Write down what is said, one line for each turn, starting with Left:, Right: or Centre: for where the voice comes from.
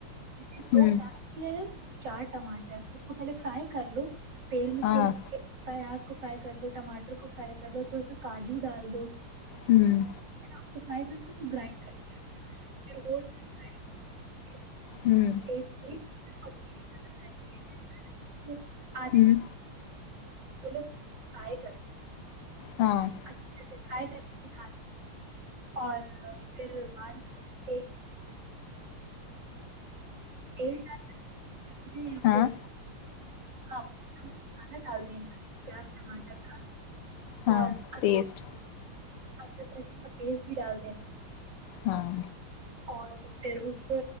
Right: اس
Left: ہوں
Right: کے چار ٹماٹر اس کو پہلے فرائی کر لو تیل میں
Left: ہاں
Right: تھوڑی پیاز کو فرائی کر لو ٹماٹر کو فرائی کر لو تھوڑا سا کاجو ڈال دو
Left: ہوں
Right: نا اس کو ٹرائی کر کے
Left: ہاے
Right: ریت اچھی کی طرح کریں گے آد
Left: ہوں
Right: گن و کا کر
Left: ہاں
Right: اچھے سے فرائی کر کےال اور پھر بعد میں مالیل ڈال
Left: ہاں
Right: وہ ہاں مسالہ ڈال دینا پیاز ٹماٹر کا
Left: ہاں
Right: اورک پ
Left: پیسٹ
Right: کا پیسٹ بھی ڈال دین
Left: ہاں
Right: اور پھر اس کو